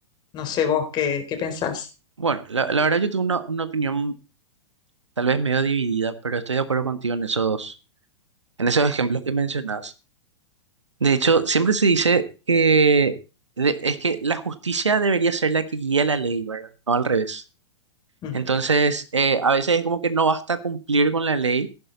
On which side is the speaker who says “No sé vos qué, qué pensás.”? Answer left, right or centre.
Left